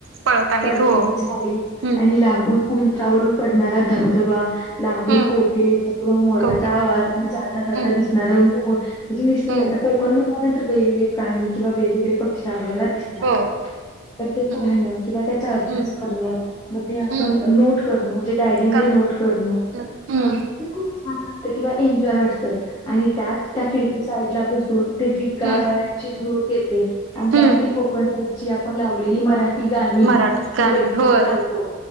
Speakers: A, on the right (about 70°); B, on the left (about 20°).
A: पळत आहेत
B: पडतेली
A: हो
B: झाडे
A: हम्म
B: आणि लांबून उंचावरून पडणारा धबधबा लांबून
A: हम्म
B: कोके ळ किंवा मोराचा
A: कोकिल
B: आवाज आणि जाता जाता
A: हम्म
B: दिसणारं मोर म्हणजे निसर्ग
A: हम्म
B: आता कोकण म्हणल्या तर वेगवेगळे प्राणी किंवा वेगवेगळे पक्षी आपल्याला दिसणार.
A: हो
B: तर ते
A: हम्म
B: पाहणं किंवा त्याचा अभ्यास
A: हम्म
B: करणं म ते आपण
A: हम्म
B: नोट करण. म्हणजे डायरी मध्ये
A: कर्ण
B: नोट करणं
A: हम्म हम्म
B: हा हे खूप छान वाटतं किंवा एन्जॉय वाटतं त आणि त्यात त्या खिडकी साईड ला बसून, ते जी गार
A: हम्म
B: वाऱ्याची झुळूक येते आणि त्यात
A: हम्म
B: ती कोकण साइडची आपण लावलेली मरा टी गाणी.
A: मराठी
B: जे
A: गाणी
B: हेडफोन्स
A: होय
B: घालतो.